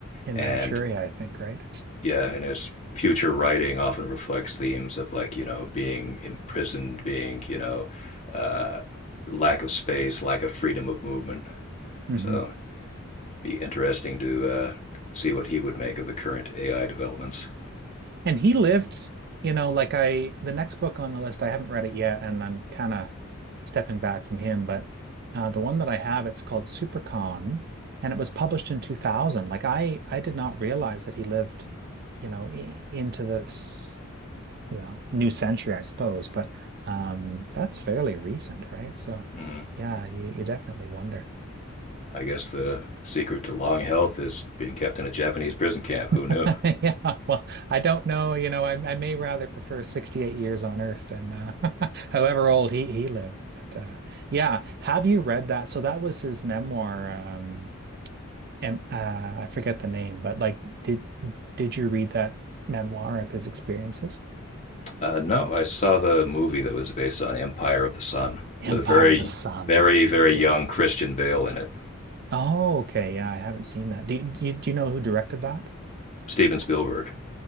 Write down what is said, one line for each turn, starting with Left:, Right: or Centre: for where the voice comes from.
Right: In
Left: and
Right: Manchuria, I think, right?
Left: yeah, and his future writing often reflects themes of like you know being imprisoned, being you know uh, lack of space, lack of freedom of movement.
Right: hmm
Left: So be interesting to uh, see what he would make of the current AI developments.
Right: And he lived, you know, like I, the next book on the list, I haven't read it yet, and I'm kind of stepping back from him. But uh, the one that I have, it's called Supercon, and it was published in 2000. Like I, I did not realize that he lived, you know, i into this, you know, new century, I suppose. But um, that's fairly recent, right? So,
Left: Mhm.
Right: yeah, you you definitely wonder.
Left: I guess the secret to long health is being kept in a Japanese prison camp. Who knew?
Right: <laughs> Yeah, well, I don't know. You know, I, I may rather prefer 68 years on Earth than uh, <laughs> however old he, he lived. But uh, yeah, have you read that? So that was his memoir. Um, and uh, I forget the name, but like, did did you read that memoir of his experiences?
Left: Uh, no, I saw the movie that was based on Empire of the Sun
Right: Empire
Left: with a very,
Right: of the Sun.
Left: very,
Right: That's
Left: very
Right: it.
Left: young
Right: Yeah.
Left: Christian Bale in it.
Right: Oh, okay. Yeah, I haven't seen that. Do, do, you- do you know who directed that?
Left: Steven Spielberg.